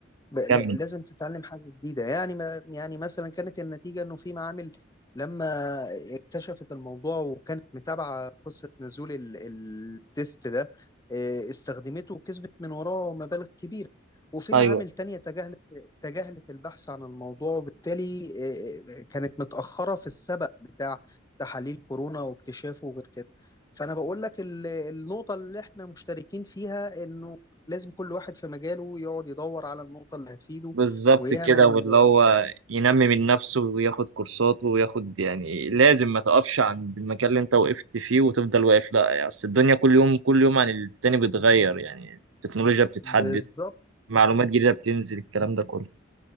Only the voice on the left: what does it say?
ب- لا-
لازم تتعلم حاجة جديدة يعني ما يعني مثلا كانت النتيجة انه في معامل لما اكتشفت الموضوع وكانت متابعة قصة نزول ال- التيست ده آه، استخدمته وكسبت من وراه مبالغ كبيرة وفي
معامل تانية تجاهلت تجاهلت البحث عن الموضوع وبالتالي آه، آه، كانت متأخرة في السبق بتاع تحاليل كورونا واكتشافه وغير كده فأنا بقول لك ال- النقطة اللي احنا مشتركين فيها انه لازم كل واحد في مجاله يقعد يدور على النقطة اللي هتفيده
ويعمل
بالظبط